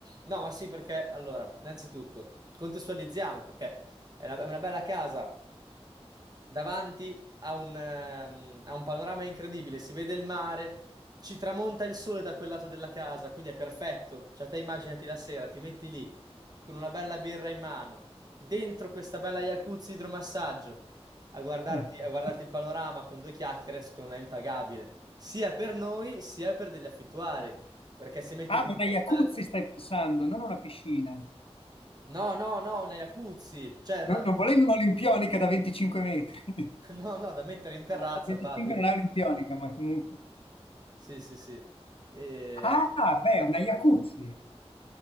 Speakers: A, on the right (about 40°); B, on the left (about 60°).
A: no, ma sì, perché allora, innanzitutto contestualizziamo perché è una, è una bella casa davanti a un, ehm, a un panorama incredibile. Si vede il mare, ci tramonta il sole da quel lato della casa, quindi è perfetto. Cioè, te immaginati la sera, ti metti lì con una bella birra in mano, dentro questa bella jacuzzi idromassaggio, a guardarti,
B: <laughs>
A: a guardarti il panorama con due chiacchiere, secondo me è impagabile, sia per noi sia per degli affittuari. Perché se metti
B: Ah,
A: come
B: una
A: costo,
B: jacuzzi stai pensando, non una piscina.
A: No, no, no, una jacuzzi, cioè, una-
B: No, non volevi un'olimpionica da 25 metri. <laughs>
A: <laughs> no, no, da mettere in terrazza,
B: No, 25
A: fa, quindi,
B: non è olimpionica, ma comunque.
A: sì, sì, sì, E-
B: Ah, beh, una jacuzzi.